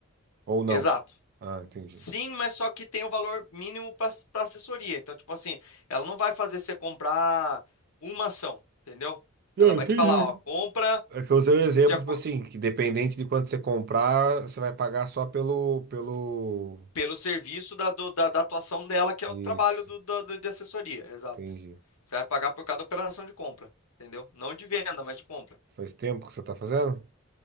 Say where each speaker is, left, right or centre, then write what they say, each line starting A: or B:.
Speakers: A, on the right; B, on the left.
A: Ou não.
B: Exato.
A: Ah, entendi.
B: Sim, mas só que tem um valor mínimo para assessoria. Então, tipo assim, ela não vai fazer você comprar uma ação, entendeu?
A: Não,
B: Ela vai
A: entendi.
B: te falar, ó, compra
A: É que eu usei o exemplo,
B: de acordo,
A: tipo assim, que dependente de quanto você comprar, você vai pagar só pelo, pelo...
B: pelo serviço da, do- da, da atuação dela, que é
A: Isso,
B: o trabalho do, do- do- de assessoria, exato.
A: entendi.
B: Você vai pagar por cada operação de compra, entendeu? Não de venda, mas de compra.
A: Faz tempo que você tá fazendo?